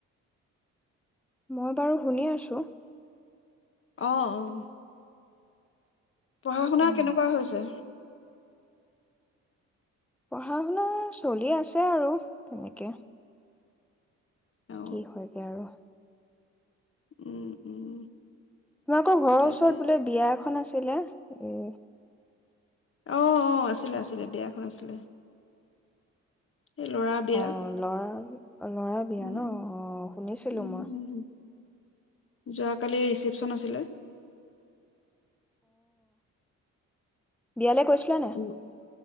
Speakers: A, in the centre; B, on the left.
A: মই বাৰু শুনি আছো
B: অহ অহ পঢ়া শুনা
A: উম
B: কেনেকুৱা হৈছে?
A: পঢ়া শুনা চলি আছে আৰু তেনেকে।
B: অ
A: কি হয়গৈ আৰু
B: উম, উম।
A: তোমালোকৰ ঘৰৰ
B: তাকে
A: ওচৰত বোলে বিয়া এখন আছে <unintelligible> উম।
B: অ', অ', আছিলে আছিলে বিয়াখন আছিলে। এই ল'ৰা বিয়া
A: অ', ল'ৰা? অ', ল'ৰা বিয়া
B: উম
A: ন' অ', শুনিছিলোঁ
B: উম
A: মই।
B: যোৱাকালি ৰিচিপচন আছিলে।
A: বিয়ালে কৈছিলা নে?
B: উ-